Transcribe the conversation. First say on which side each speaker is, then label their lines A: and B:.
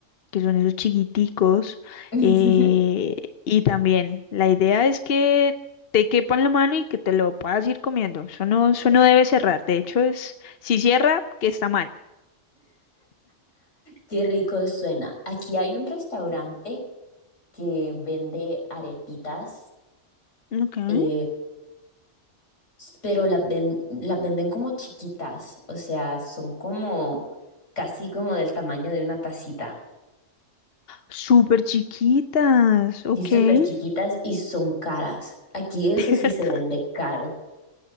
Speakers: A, on the left; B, on the left.
A: que son esos chiquiticos.
B: <laughs>
A: eh, y también la idea es que te quepa en la mano y que te lo puedas ir comiendo. Eso no, eso no debe cerrar. De hecho, es, si cierra, que está mal.
B: Qué rico suena. Aquí hay un restaurante que vende arepitas,
A: Okay.
B: eh, pero las, ven, las venden como chiquitas, o sea, son como casi como del tamaño de una tacita.
A: Súper chiquitas, ok.
B: Y súper
A: <laughs>
B: chiquitas y son caras. Aquí eso
A: De
B: sí
A: verdad.
B: se vende caro.